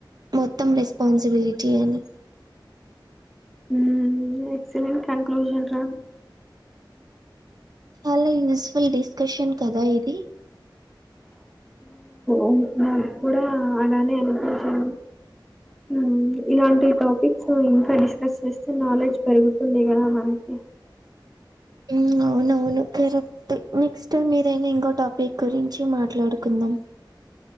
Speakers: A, on the right; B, in the centre.
A: మొత్తం రెస్పాన్సిబిలిటీ అని
B: ఉ ఎక్సలెంట్ కన్క్లూషన్ రా
A: చాలా యూస్ఫుల్ డిస్కషన్ కదా ఇది
B: ఊ నాకు కూడా అలానే అనిపించింది మ్మ్ ఇలాంటి టాపిక్స్ ఇంకా డిస్కస్ చేస్తే నాలెడ్జ్ పెరుగుతుంది కదా మనకి
A: హ్మ్ అవునవును కరెక్ట్ నెక్స్ట్ టైం ఏదైనా ఇంకో టాపిక్ గురించి మాట్లాడుకుందాం